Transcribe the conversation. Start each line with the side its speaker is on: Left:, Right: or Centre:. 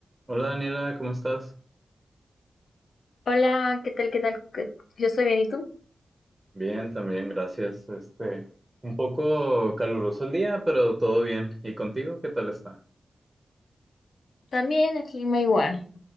Right: Hola Daniela, ¿cómo estás?
Left: Hola, ¿qué tal? ¿Qué tal? ¿Qué- Yo estoy bien, ¿y tú?
Right: Bien, también, gracias. Este, un poco caluroso el día, pero todo bien. ¿Y contigo qué tal está?
Left: También el clima igual,